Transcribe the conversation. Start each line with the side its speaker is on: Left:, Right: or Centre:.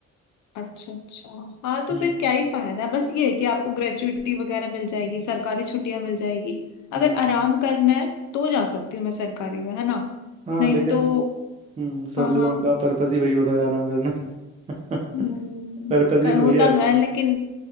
Left: अच्छा अच्छा हाँ तो
Right: हम्म
Left: फिर क्या ही फायदा है बस ये है कि आपको ग्रेचुइटी वगैरह मिल जाएगी सरकारी छुट्टियां मिल जाएगी अगर
Right: हम्म,
Left: आराम
Right: हम्म।
Left: करना है तो जा सकती हूँ मैं सरकारी में है ना
Right: हाँ
Left: नहीं
Right: लेकिन
Left: तो
Right: हम्म सब
Left: हाँ
Right: लोगों
Left: हाँ
Right: का पर्पस ही वही होता है आराम करना <laughs>
Left: हम्म,
Right: पर्पस
Left: क-
Right: भी तो
Left: होता
Right: भैया
Left: तो है लेकिन